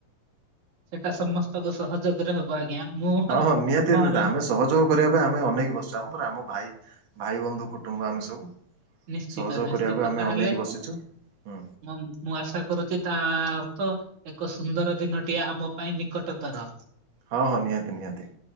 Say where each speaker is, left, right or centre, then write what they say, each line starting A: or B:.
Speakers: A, on the right; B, on the right.
A: ସେଟା ସମସ୍ତଙ୍କ ସହଯୋଗରେ ହବ ଆଜ୍ଞା ମୋହର
B: ହଁ ହଁ ନିହାତି
A: ମୋର
B: ନିହାତି ଆମେ ସହଯୋଗ କରିବା ପାଇଁ ଆମେ ଅନେକ ବସିଚୁ ଆମ ଆମ ଭାଇ ଭାଇ ବନ୍ଧୁ କୁଟୁମ୍ବ ଆମେ ସବୁ।
A: ନିଶ୍ଚିତ
B: ସହଯୋଗ
A: ନିଶ୍ଚିତ
B: କରିବାକୁ ଆମେ
A: ତାହେଲେ
B: ଅନେଇକି ବସିଛୁ। ହୁଁ
A: ମୁ ମୁଁ ଆଶା କରୁଚି ତା ଅର୍ଥ ଏକ ସୁନ୍ଦର ଦିନଟିଏ ଆମ ପାଇଁ ନିକଟତର।
B: ହଁ ହଁ ନିହାତି ନିହାତି।